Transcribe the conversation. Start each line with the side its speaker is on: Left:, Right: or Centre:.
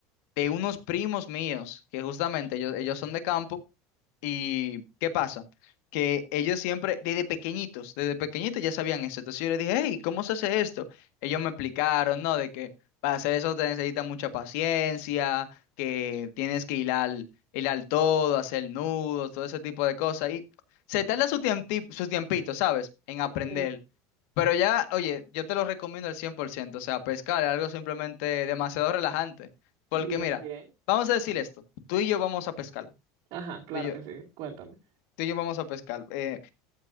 Left: de unos primos míos, que justamente ellos, ellos son de campo ¿Y qué pasa? Que ellos siempre, desde pequeñitos, desde pequeñitos ya sabían eso. Entonces yo les dije, hey, ¿cómo se hace esto? Ellos me explicaron, ¿no? De que para hacer eso te necesita mucha paciencia, que tienes que hilar, hilar todo, hacer nudos, todo ese tipo de cosas. Y se tarda su tiempi- su tiempito, ¿sabes? En
Right: Ok,
Left: aprender. Pero ya, oye, yo te lo recomiendo al cien por ciento O sea, pescar es algo simplemente demasiado relajante. Porque
Right: bien,
Left: mira,
Right: bien.
Left: vamos a decir esto. Tú y yo vamos a pescar.
Right: Ajá, claro
Left: tú y yo-
Right: que sí, cuéntame.
Left: Tú y yo vamos a pescar. eh,